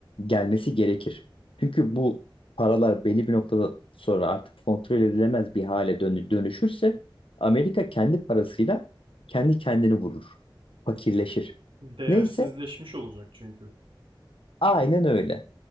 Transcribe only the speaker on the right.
Değersizleşmiş
olacak çünkü.